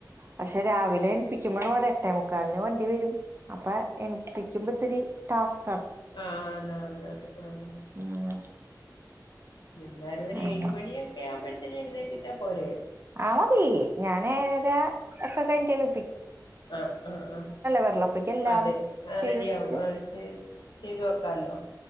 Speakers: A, on the right; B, on the left.
A: പശ്ശേ രാവിലെ എണിപ്പിക്കുമ്പോ ഒര എട്ടേമു കാലിന് വണ്ടി വരും അപ്പ എണിപ്പിക്കുമ്പത്തിരി ടാസ്
B: ആ അതതതെ ആതെ
A: ഉം
B: എന്തായാലും ഒരു
A: അങ്ങനെ
B: ഏഴ് മണിയൊക്കെ ആവുമ്പഴത്തിന് എഴുന്നേ പ്പിച്ചാ പോരേ
A: ആ മതി ഞാൻ എഴരാ ഒക്കെ കയിഞ്ഞിട്ട് എണീ
B: ആഹ് ആ ആ
A: വരള്ളൂ അപ്പഴേക്കും എല്ലാം
B: അതെ ആ
A: ചെയ്ത്
B: റെഡി
A: വെച്ചിട്ട്
B: ആവും അഅ് ചെയ്തു വെക്കാലോ